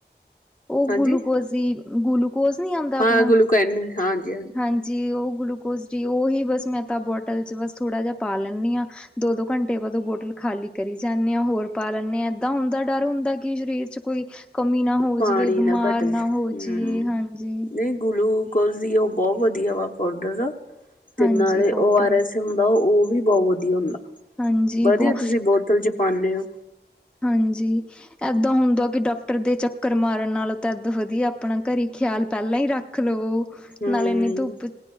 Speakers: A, in the centre; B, on the left.
A: ਉਹ
B: ਹਾਂਜੀ
A: ਗਲੂਕੋਜ, ਈ ਗਲੂਕੋਜ ਨੀ ਆਂਦਾ ਆਪਣਾ
B: ਹਾਂ ਗਲੂਕੈਨ ਹਾਂਜੀ
A: ਹਾਂਜੀ। ਜੀ ਉਹ ਗਲੂਕੋਸ ਡੀ ਉਹਹੀ ਬਸ ਮੈਂ ਤਾਂ ਬੋਟਲ 'ਚ ਬਸ ਥੋੜ੍ਹਾ ਜਿਹਾ ਪਾ ਲੈਂਦੀ ਹਾਂ। ਦੋ, ਦੋ ਘੰਟੇ ਬਾਅਦ ਉਹ ਬੋਟਲ ਖਾਲੀ ਕਰੀ ਜਾਂਦੇ ਆ ਹੋਰ। ਪਾ ਲੈਂਦੇ ਹਾਂ, ਏਦਾਂ ਹੁੰਦਾ ਡਰ ਹੁੰਦਾ ਕਿ ਸਰੀਰ ਚ ਕੋਈ ਕਮੀ ਨਾ ਹੋਵੇ।
B: ਪਾਣੀ
A: ਜਿਵੇਂ ਬਿਮਾਰ
B: ਘੱਟ
A: ਨਾ
B: ਜੇ
A: ਹੋ ਜਾਈਏ
B: ਹੂੰ।
A: ਹਾਂਜੀ।
B: ਨਹੀਂ ਗਲੂਕੋਜ ਦੀ ਉਹ ਬਹੁਤ ਵਧੀਆ ਵਾ ਪੋ ਡਰ ਤੇ
A: ਹਾਂਜੀ
B: ਨਾਲੇ
A: ਪਾਊਡਰ
B: ਓ ਆਰ ਐਸ ਹੁੰਦਾ ਉਹ ਵੀ ਬੋਤ ਵਧੀਆ ਹੁੰਦਾ
A: ਹਾਂਜੀ
B: ਵਧੀਆ
A: ਬਹੁ
B: ਤੁਸੀਂ ਬੋਤਲ ਚ ਪਾਂਦੇ ਹੋ।
A: ਹਾਂਜੀ, ਏਦਾਂ ਹੁੰਦਾਂ ਆ ਕਿ ਡਾਕਟਰ ਦੇ ਚੱਕਰ ਮਾਰਨ ਨਾਲ। ਤਦ ਵਧੀਆ ਆਪਣਾ ਘਰੀ ਖਿਆਲ ਪਹਿਲਾਂ ਹੀ ਰੱਖ ਲਵੋ
B: ਹੂੰ।
A: ਨਾਲੇ ਇੰਨੀ ਧੁੱਪ।